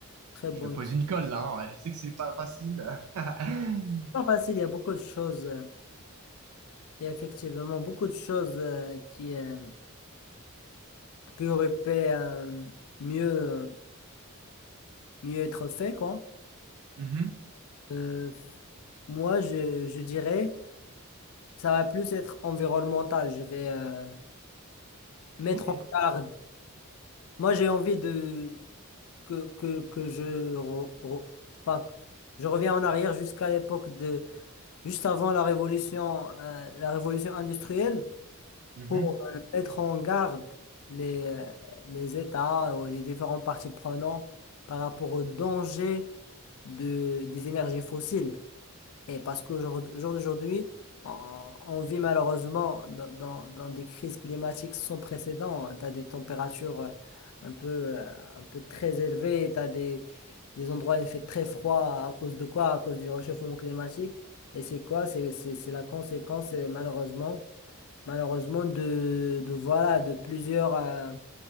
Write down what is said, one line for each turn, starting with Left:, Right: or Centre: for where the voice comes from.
Left: très bon.
Right: Je te pose une colle là, hein, ouais, Je sais que c'est pas facile. <laughs>
Left: Pas facile, il y a beaucoup de choses. euh, Il y a effectivement beaucoup de choses euh, qui. euh, qui aurait pu euh, mieux, mieux être fait, quoi.
Right: Mhm.
Left: Euh, moi, je, je dirais, ça va plus être environnemental. Je vais euh, mettre
Right: Ok.
Left: en garde. Moi, j'ai envie de que, que, que je, re- re- enfin, je reviens en arrière jusqu'à l'époque de, juste avant la révolution, euh, la révolution industrielle.
Right: Mhm.
Left: pour euh, mettre en garde les, euh, les États ou les différents parties prenantes par rapport au danger de, des énergies fossiles. Et parce qu'au jour jour d'aujourd'hui, on, on vit malheureusement dans, dans, dans des crises climatiques sans précédent. Tu as des températures euh, un peu, euh, un peu très élevées, tu as des, des endroits où il fait très froid à cause de quoi? À cause du réchauffement climatique. Et c'est quoi? C'est c'est- c'est la conséquence, et malheureusement malheureusement de, de voilà de plusieurs euh,